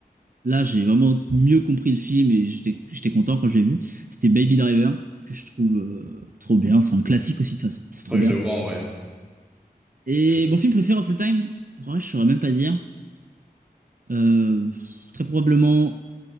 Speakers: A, on the right; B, in the centre.
A: là, j'ai vraiment mieux compris le film et j'étais j'étais content quand je l'ai vu. C'était Baby Driver, que je trouve euh, trop bien. C'est un classique aussi, de toute façon. C'est trop
B: Faut que
A: bien.
B: je le vois en vrai.
A: Et
B: Je-
A: mon film préféré of all time, ouais, je saurais même pas dire. Euh, très probablement,